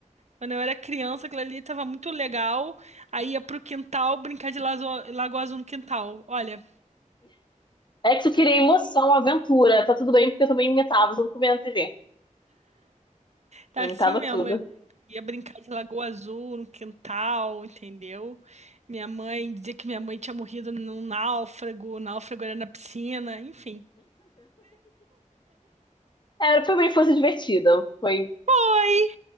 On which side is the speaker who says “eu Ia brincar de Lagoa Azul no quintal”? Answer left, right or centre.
Right